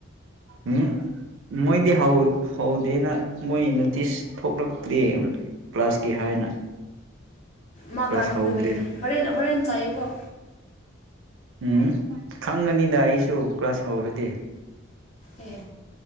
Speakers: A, on the right (about 70°); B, on the left (about 35°).
A: ꯎꯝ ꯃꯣꯏꯗꯤ ꯍꯧꯗꯦꯅ ꯃꯣꯏ ꯅꯣꯇꯤꯁ ꯊꯣꯛꯂꯛꯇ꯭ꯔꯦ ꯀ꯭ꯂꯥꯁꯀꯤ ꯍꯥꯏꯅ
B: ꯃꯥ
A: ꯀ꯭ꯂꯥꯁ
B: ꯀꯥꯅꯤꯡꯗꯕꯒꯤꯅꯦ
A: ꯍꯧꯗ꯭ꯔꯤ
B: ꯍꯣꯔꯦꯟ ꯍꯣꯔꯦꯟ ꯆꯥꯏꯌꯦꯀꯣ
A: ꯎꯝ ꯈꯪꯒꯅꯤꯗ ꯑꯩꯁꯨ ꯀ꯭ꯂꯥꯁ ꯍꯧꯔꯗꯤ
B: ꯑꯦ